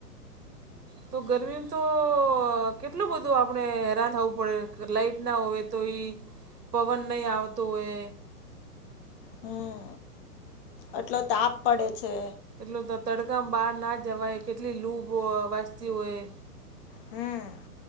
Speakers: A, on the right (about 85°); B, on the left (about 35°).
A: તો ગરમી તો કેટલું બધું આપણે હેરાન થવું પડે લાાઈટ ના હોય તો ઈ. પવન નહીં આવતો હોય.
B: હમ્મ, એટલો તાપ પડે છે.
A: કેટલું તડકામાં બહાર ના જવાય કેટલી લૂભ વાચતી હોય.
B: હમ્મ.